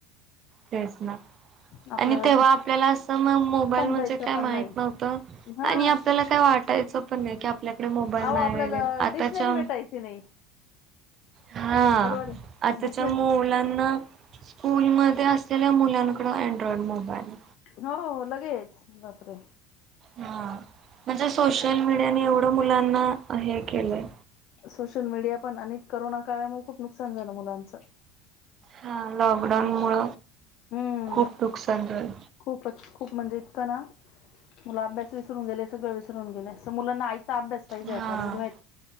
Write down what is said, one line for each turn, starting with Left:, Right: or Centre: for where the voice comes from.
Right: तेच ना
Left: आपल्या
Right: आणि
Left: वेळेस
Right: तेव्हा आपल्याला असं मंग.... मोबाईल
Left: समजायचं
Right: म्हणजे काय
Left: पण
Right: माहित
Left: नाही
Right: नव्हतं.
Left: हा
Right: आणि आपल्याला काय वाटायचं पण नाही कि आप.... आपल्याकडे मोबाईल
Left: अहो
Right: नाही
Left: आपल्याला
Right: वगैरे आताच्या...
Left: डिक्शनरी भेटायची नाही
Right: हा
Left: बरोबर आहे
Right: आताच्या
Left: डिक्शनरी
Right: मुलांना स्कूल मधे अस.... मुलांकडं अँड्रॉइड मोबाईल...
Left: हो लगेच बापरे...
Right: हा म्हणजे सोशल मीडियाने एवढं मुलांना हे केलंय...
Left: सोशल मीडिया पण आणि करोना काळामुळे खूप नुकसान झालं मुलांचं....
Right: हा लॉकडाऊन मुळ
Left: हम्म
Right: खूप नुकसान झाल...
Left: खूपच खूप म्हणजे इतकं ना.... मुलं अभ्यास विसरून गेले. सगळं विसरून गेले. सं मुलांना आई... आता अभ्यास पाहिजे
Right: हा
Left: आता. रेडीमेड,